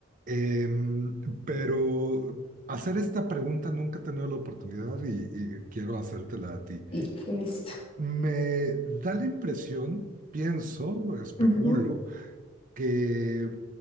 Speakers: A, on the right; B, on the left.
A: Em, pero hacer esta pregunta nunca he tenido la oportunidad y, y quiero hacértela a ti.
B: Y listo.
A: Me da la impresión, pienso, especulo,
B: Ujú,
A: que